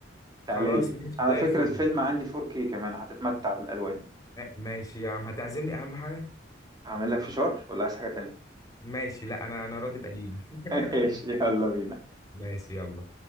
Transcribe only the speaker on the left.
خلاص ماشي
زي
الفل
ما- ماشي يا عم هتعزمني اهم حاجه
ماشي لا انا انا راضي بقليلي
<laughs>
ماشي يلا